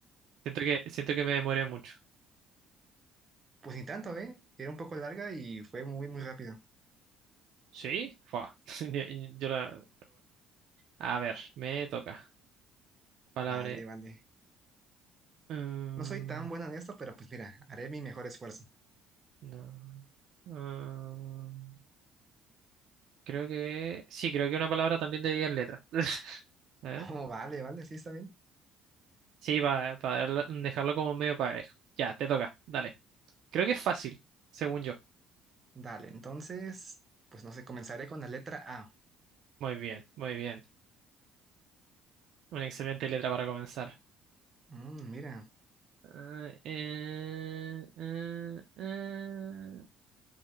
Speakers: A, on the right (about 65°); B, on the right (about 35°).
A: Siento que, siento que me demoré mucho.
B: Pues ni tanto, ¿eh? Era un poco larga y fue muy, muy rápido.
A: ¿Sí? Fua. <laughs> Yo, yo la- A ver, me toca. Palabra.
B: Vale, vale.
A: mm,
B: No soy tan buena en esto, pero pues mira, haré mi mejor esfuerzo. <laughs>
A: no. mm, creo que. Sí, creo que una palabra también de 10 letras. <laughs> A ver.
B: Oh, vale, vale, sí, está bien.
A: Sí, para dejarlo como medio parejo. Ya, te toca. Dale. Creo que es fácil, según yo.
B: Dale, entonces, pues no sé, comenzaré con la letra A.
A: Muy bien, muy bien. Una excelente letra para comenzar.
B: Mm, mira.
A: Ah, eh, eh, eh,